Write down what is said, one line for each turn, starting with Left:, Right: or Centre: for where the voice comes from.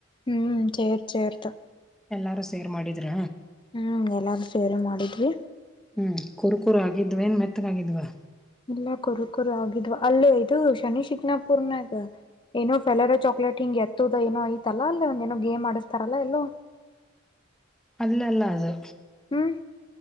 Left: ಹ್ಮ್ ಸೇರ್ ಸೇರ್ತ
Centre: ಎಲ್ಲಾರು ಸೇರ್ ಮಾಡಿದ್ರ
Left: ಹ್ಮ್ ಎಲ್ಲಾರೂ ಸೇರೆ ಮಾಡುದರಿ
Centre: ಹ್ಮ್ ಕುರುಕುರು ಆಗಿದ್ವ ಏನ್ ಮೆತ್ತಗ ಆಗಿದ್ವಾ.
Left: ಇಲ್ಲ ಕುರು ಕುರು ಆಗಿದ್ವ ಅಲ್ಲ ಇದು ಶನಿ ಶಿಕನಾಪುರ್ನಾಗ. ಏನೋ ಫೆಲರೋ ಚಾಕ್ಲೇಟ್ ಹಿಂಗ ಎತ್ತದ ಏನೋ ಐತಲ್ಲ ಒಂದ ಏನೋ ಗೇಮ್ ಆಡಸ್ತಾರಲ್ಲ ಎಲ್ಲೋ
Centre: ಅಲ್ಲ ಅಲ್ಲ ಅದು
Left: ಹ್ಮ್